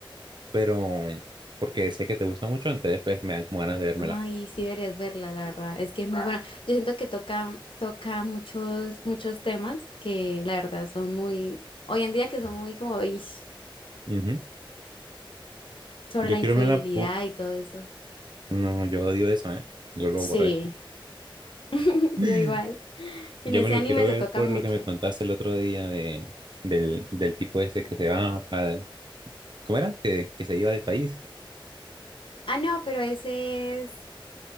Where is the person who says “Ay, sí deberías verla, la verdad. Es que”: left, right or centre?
Left